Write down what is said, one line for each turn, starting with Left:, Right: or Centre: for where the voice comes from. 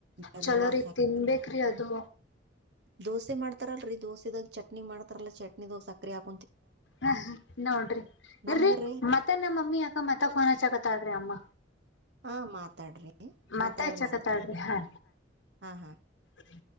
Right: ಬೆಲ್ಲ
Left: ಚಲೋರಿ
Right: ಸಕರೆ
Left: ತಿನ್ಬೇಕ್ರಿ ಅದು
Right: ದೋಸೆ ಮಾಡ್ತಾರಲ್ರರಿ ದೋಸೆದಾಗ ಚಟ್ನಿ ಮಾಡ್ತಾರಲ್ಲಾ ಚಟ್ನಿದಾಗ ಸಕ್ರ ಹಾಕ
Left: ಹ ನೋಡ್ರಿ ಇಲ್ರಿ
Right: ನಮ್ಗರೀ
Left: ಮತ್ತ ನಮ್ಮ ಮಮ್ಮಿ ಅಕ್ಕ ಮತ್ತಕ್ ಫೋನ್ ಹಚ್ಚಕತ್ತಾದ್ರಿ ಅಮ್ಮ
Right: ಹಾ ಮಾತಾಡ್ರಿ
Left: ಮತ್ತೆ
Right: ಮಾತಾಡಿ
Left: ಚಕತಾಳ್ರಿ
Right: ಮಾತ್
Left: ಹಾ
Right: ಹಾ ಹಾ..
Left: ಛಿ.